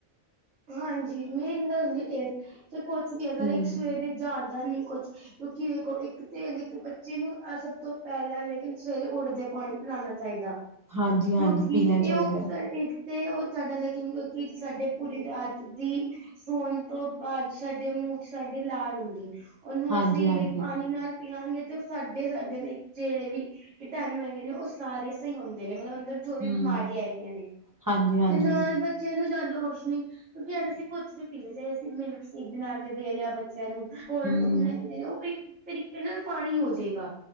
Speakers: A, on the right; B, on the right.
A: ਹਾਂਜੀ ਮੇਨ ਗੱਲ ਹੁੰਦੀ ਏ ਟੇਸਟ, ਜੇ ਕੁਛ ਵੀ ਹੈਗਾ
B: ਹਮ
A: ਲਾਇਕ ਸਵੇਰੇ ਜਾਦਾ ਨੀ ਕੁਛ ਕਿਉਂਕਿ ਦੇਖੋ ਇੱਕ ਤੇ ਲ ਬੱਚੇ ਨੂੰ ਸਭ ਤੋਂ ਪਹਿਲਾ ਸਵੇਰੇ ਉੱਠਦੇ ਪਾਣੀ ਪਿਲਾਣਾ ਚਾਹੀਦਾ।
B: ਹਾਂਜੀ ਹਾਂਜੀ
A: ਕਿਉਂਕਿ
B: ਪੀਣਾ ਚਾਹੀਦਾ
A: ਇਹ ਉਹ
B: ਹੈ।
A: ਇੱਕ ਤੇ ਉਹ ਸਾਡਾ ਲੇਕਿਨ ਕਿਉਂਕਿ ਸਾਡੇ ਪੂਰੀ ਰਾਤ ਦੀ, ਸੋਣ ਤੋਂ ਬਾਅਦ ਸਾਡੇ ਮੂੰਹ ਚ ਸਾਡੀ ਲਾਰ ਹੁੰਦੀ ਐ। ਉਹਨੂੰ
B: ਹਾਂਜੀ
A: ਅਸੀਂ
B: ਹਾਂਜੀ
A: ਲਾਇਕ ਨਾਲ ਪੀਵਗੇ ਤੇ ਉਹ ਸਾਡੇ -ਸਾਡੇ ਲਈ ਜਿਹੜੇ ਵੀ ਕੀਟਾਣੂ ਹੈਗੇ ਨੇ ਉਹ ਸਾਰੇ ਸਹੀ ਹੁੰਦੇ ਨੇ ਮਤਲਬ ਅੰਦਰ ਜੋ ਵੀ
B: ਹਮ
A: ਬਿਮਾਰੀਆਂ ਹੈਗੀਆਂ, ਨੇ
B: ਹਾਂਜੀ ਹਾਂਜੀ
A: ਤੇ ਨਾਲ ਬ ਬੱਚਿਆ ਨੂੰ ਜ਼ਿਆਦਾ ਹੋਛ ਨੀ, ਕਿਉਂਕਿ ਯਾਰ ਅਸੀਂ ਕੁਛ ਵੀ ਪੀ ਜੇ ਅਸੀਂ ਮਿਲਕ ਸ਼ੇਕ ਬਣਾ ਕੇ ਦੇ ਰੇ ਆ ਬ ਬੱਚਿਆਂ ਨੂੰ ਕੋਲਡ
B: ਹਮ
A: ਕੌਫੀ ਬਣਾ ਕੇ ਦੇ ਰਹੇ ਆ, ਉਹ ਇੱਕ ਤਰੀਕੇ ਨਾਲ ਪਾਣੀ ਹੋਜੇਂਗਾ।